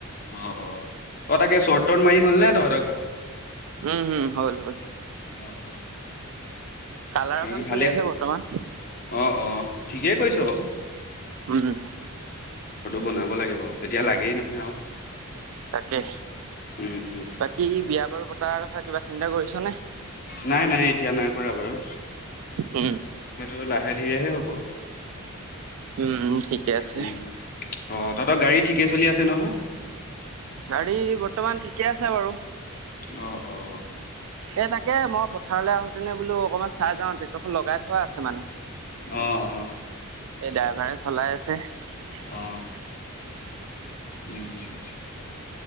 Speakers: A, on the left; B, on the right.
A: অ অ। অঁ তাকে চৰট টট মাৰি হল নে তহঁতৰ ঘৰ?
B: উম হম হ'ল হল।
A: অ', অ',
B: কালাৰৰ
A: বাকী
B: কাম
A: ভালে
B: চলি আছে বৰ্তমান।
A: অ', অ', ঠিকেই কৰিছ বাও
B: উম,
A: বনাব লাগে বাৰু এতিয়া লাগেই নহয় আৰু
B: তাকে
A: উম, উম,
B: বাকী বিয়া বাৰু পতাৰ কথা কিবা চিন্ত কৰিছ? ছনে?
A: নাই নাই এতিয়া নাই কৰা বাৰু।
B: উম
A: সেইটো লাহে ধীৰেহে হ'ব
B: উম ঠিকে আছে।
A: উম, অ তহতৰ গাড়ী ঠিকে চলি আছে নহয়?
B: গাড়ী বৰ্তমান ঠিকে আছে বাৰু।
A: অঁ অ।
B: এ তাকে মই পথাৰলৈ আহোঁতেনে বোলো অকমান চাই যাওঁ ট্ৰেক্টৰখন লগাই থোৱা আছে মানে।
A: অ অ
B: ডাইভাৰ চলাই আছে। উ <unintelligible>
A: অ উম।